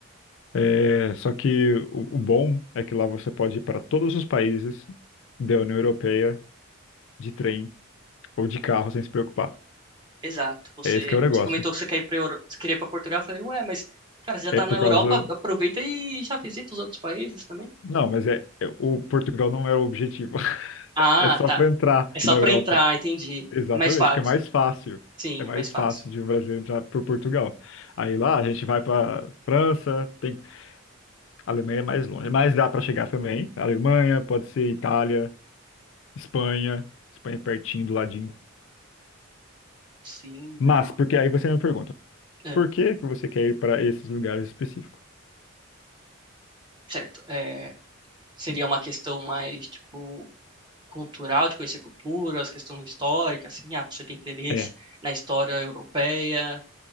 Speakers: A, on the left; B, on the right.
A: É, só que o, o bom é que lá você pode ir para todos os países da União Europeia de trem ou de carro sem se preocupar.
B: Exato, você,
A: É esse que é o negócio.
B: você comentou que você quer ir pra, Euro- você queria ir pra Portugal, eu falei, ué, mas, cara, você já
A: É
B: tá
A: por
B: na Europa,
A: causa.
B: aproveita e já visita os outros países também.
A: Não, mas é, é- o Portugal não é o objetivo. <laughs>
B: Ah,
A: É só
B: tá,
A: para entrar
B: é só
A: na
B: pra
A: Europa.
B: entrar, entendi,
A: Exatamente,
B: é mais fácil.
A: que é mais fácil.
B: Sim,
A: É mais
B: é mais fácil.
A: fácil de um brasileiro entrar por Portugal. Aí lá a gente vai para França, tem a Alemanha é mais longe, mas dá para chegar também. Alemanha, pode ser Itália, Espanha, Espanha é pertinho do ladinho.
B: Sim,
A: Mas
B: dá.
A: porque aí você me pergunta,
B: É,
A: por que que você quer ir para esses lugares específicos?
B: certo. É, seria uma questão mais, tipo, cultural, de conhecer culturas, questão histórica, assim, ah, você tem interesse
A: É.
B: na história europeia,